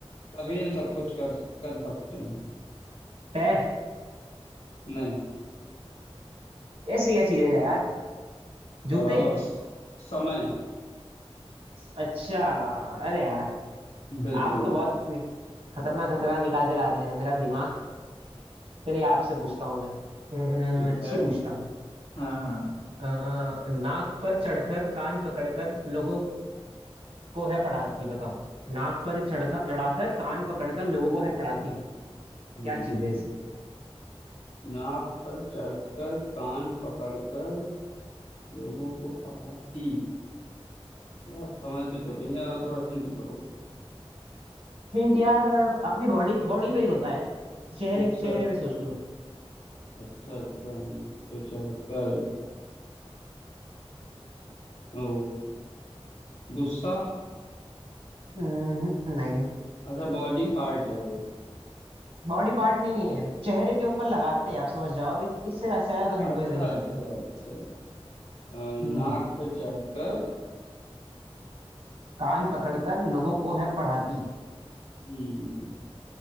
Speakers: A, on the left (about 85°); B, on the right (about 70°).
A: तभी हम सब कुछ कर कर सकते हैं
B: पैर
A: नहीं
B: ऐसी क्या चीज है यार
A: अ,
B: जूते
A: स- समय
B: अच्छा अरे यार
A: बिल्कुल
B: आप तो बहुत नि- खतरनाक खतरनाक निकाल के ला रहे हैं मेरा दिमाग चलिए आपसे पूछता हूँ मैं अम्म,
A: ठीक
B: अच्छी
A: है
B: पूछता हूँ
A: हाँ
B: अ, नाक पर चढ़कर कान पकड़कर लोगों को है पढ़ाती बताओ नाक पर चढ़कर चढ़ाकर कान पकड़कर लोगों को है पढ़ाती
A: हाँ
B: क्या चीज है ऐसी
A: नाक पर चढ़कर कान पकड़कर लोगों को पढ़ाती यार समझ में तो नहीं आ रहा थोड़ा हिंट करो
B: हिंट यार अपनी बॉडी बॉडी में ही होता है चेहरे
A: अच्छा
B: चेहरे पे सोच लो
A: अच्छा अच्छा नाक पे चढ़कर ओ गुस्सा
B: हम्म, नहीं
A: अच्छा बॉडी पार्ट है वो
B: बॉडी पार्ट नहीं है चेहरे के ऊपर लगाते हैं आप समझ जाओ इत- इससे ज्यादा तो हिंट
A: अच्छा
B: कोई हो ही नहीं
A: अच्छा
B: सकता
A: अच्छा अ, नाक
B: हम्म
A: पे चढ़कर
B: कान पकड़कर लोगों को है पढ़ाती
A: हम्म